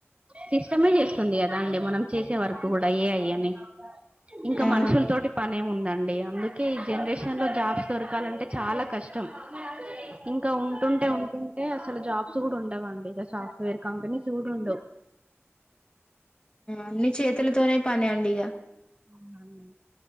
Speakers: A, on the right; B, on the left.
A: సిస్టమే చేస్తుంది కదా అండి మనం చేసే వర్ కూడ ఏ ఐ అనీ ఇంక
B: ఆ
A: మనుషుల తోటి పనేమి ఉం దండి అందుకే ఈ జనరేషన్ లో జాబ్స్ దొరకాలంటే చాలా కష్టం. ఇంకా ఉంటుంటే ఉంటుంటే అసలు జాబ్ బ్స్ కూడ ఉండావండి ఇగ సాఫ్ట్వేర్ కంపనీస్ కూడ ఉండవ్.
B: అన్ని చేతులతోనే పని అండి ఇగా!
A: అవునండి